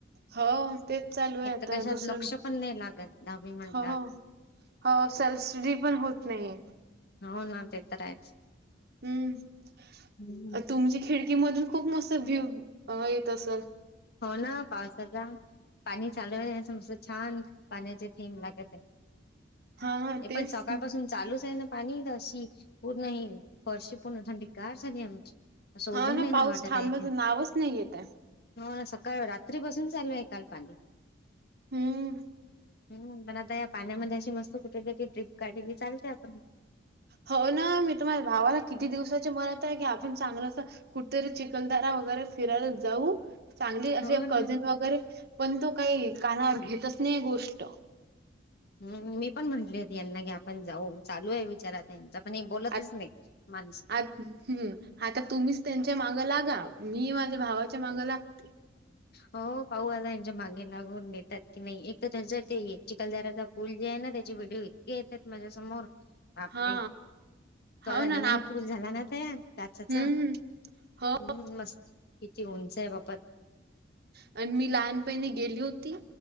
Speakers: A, on the right; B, on the left.
A: हो तेच चालू आहे
B: एक
A: आता
B: तर कशात
A: दुसरं
B: लक्ष पण नाही लागत दहावी म्हटल्या
A: हो हो सेल्फ स्टडी पण होत नाहीे
B: हो ना ते तर आहेच
A: हम्म
B: हम्म
A: तुमच्या खिडकीमधून खूप मस्त व्ह्यू येत असल
B: हो ना पावसाचा पाणी चाल समत छान पाण्याची थीम लागत आहे
A: हा हा
B: ए
A: तेच
B: पण सकाळ पाासून लूस आहे पाणी अशी पूर्ण ह फर्शी पूर्ण थंडी ग झाली आमची असं
A: हा
B: उभं
A: नाही
B: राहावं
A: पाऊस
B: वाटत
A: थांबायचं
B: आहे इथे
A: नावच नाही येत
B: हो ना सकाळ रात्री बसून चालू आहे काल पाणी
A: हम्म.
B: हम्म पण आता या पाण्यामध्ये अशी मस्त कुठे तरी ट्रिप. काढली की चालते आपण
A: हो ना मी तुमझ्या भावाला किती दिवसाची मनात आहे की आपण चांगलंस कुठेतरी चिखलदारा वगैरे फिरायला जाऊ चांगली
B: हो
A: असे कझिन
B: ना.
A: वगैरे पण तो काही कानावर घेतच नाही गोष्ट
B: हम्म मी पण म्हंटली होती यांना की आपण जाऊ चालू आहे विचारात पण हे बोलतच
A: आ
B: नाही माणसं.
A: आ हम्म आता तुम्हीच त्यांच्या मागं लागा. मी माझ्या भावाच्या माग लागते
B: हो पाऊ आला यांच्या मागे लागून देतात की नाही एक तर त्यांचं ते चिखलदाराचा पुल जे आहे ना त्याचे व्हिडिओ इतके येतात माझ्या समोर बापरे
A: हा
B: तो आता
A: हो ना
B: नवीन
A: ना आप-
B: पूल झाला ना तयार काच्याचा
A: हम्म
B: हम्म
A: हो
B: मस्त किती उंच बघ.
A: आणि मी लहानपणीने गेली होती